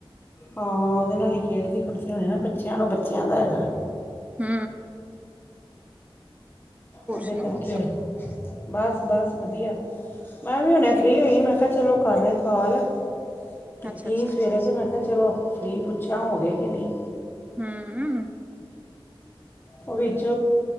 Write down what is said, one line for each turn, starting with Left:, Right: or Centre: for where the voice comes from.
Left: ਹਾਂ, ਉਹਦੇ ਨਾਲ ਹੀ ਖੇਡਦੀ-ਖੁਡਦੀ ਹੋਣੀ ਨਾ, ਬੱਚਿਆਂ ਨੂੰ ਬੱਚਿਆਂ ਦਾ ਹੈਗਾ।
Right: ਹੂੰ।
Left: ਉਹਦੇ
Right: ਸੁਣਾਓ
Left: ਕਰਕੇ ਹੋਏ, ਬਸ-ਬਸ ਵਧੀਆ, ਮੈਂ ਵੀ ਹੁਣੇ
Right: ਠੀਕ
Left: ਫ੍ਰੀ ਹੋਈ ਮੈਂ ਮੈਂ ਕਿਹਾ ਚਲੋ ਕਰ ਰਹੇ ਕਾਲ, ਕੀਤੀ
Right: ਅੱਛਾ ਅੱਛਾ
Left: ਏ ਸਵੇਰੇ ਤੋਂ ਮੈਂ ਕਿਆ ਚਲੋ ਫ੍ਰੀ ਪੁੱਛਾਂ, ਹੋਗੇ ਕਿ ਨਹੀਂ?
Right: ਹੂੰ।
Left: ਉਹ ਵਿੱਚ,